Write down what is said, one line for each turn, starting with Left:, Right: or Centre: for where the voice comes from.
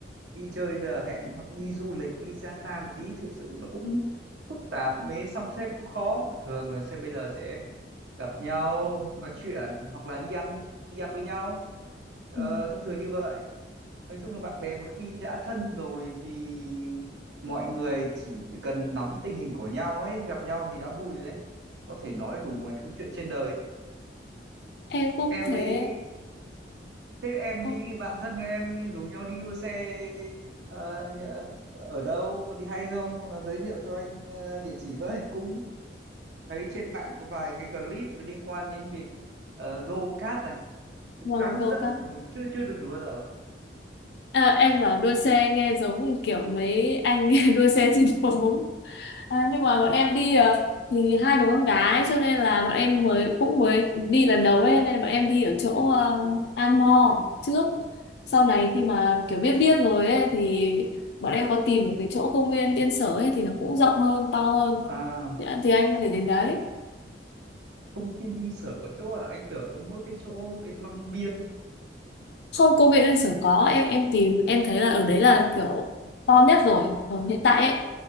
Right: đi chơi bây giờ hẹn họ đi du lịch có đi xa xa một tí thật sự nó cũng phức tạp mới sắp xếp cũng khó thường là sẽ bây giờ sẽ gặp nhau nói chuyện hoặc là đi ăn đi ăn với nhau ờ,
Left: ừ.
Right: thông thường như vậy nói chung là bạn bè một khi đã thân rồi thì mọi người chỉ cần nắm tình hình của nhau ấy gặp nhau thì đã vui rồi đấy có thể nói đủ mọi thứ chuyện trên đời
Left: em cũng
Right: em
Left: thế
Right: với thế em
Left: Ồ,
Right: với cái bạn thân của em rủ nhau đi đua xe ờ, nhà- ở đâu có gì hay không hoặc là giới thiệu cho anh ờ, địa chỉ với cũng thấy trên mạng có vài cái clip liên quan đến việc uh, go kart này cũng
Left: vâng
Right: khá hấp
Left: go
Right: dẫn
Left: kart
Right: mà mình chưa chưa được thử bao giờ
Left: à, em bảo đua xe nghe giống kiểu mấy anh <laughs> đua xe trên phố À, nhưng mà bọn em đi ờ, thì hai đứa con gái cho nên là bọn em mới cũng mới đi lần đầu ấy nên là bọn em đi ở chỗ ờ, An Mo trước sau này khi mà kiểu biết biết rồi ấy thì bọn em có tìm được cái chỗ công viên Yên Sở ấy thì nó cũng rộng hơn to hơn
Right: à
Left: thì, thì anh có thể đến đấy
Right: công viên đi sở có chỗ à anh tưởng có mỗi cái chỗ bên Long Biên
Left: không công viên Yên Sở có em em tìm em thấy là ở đấy là kiểu to nhất rồi ở hiện tại ấy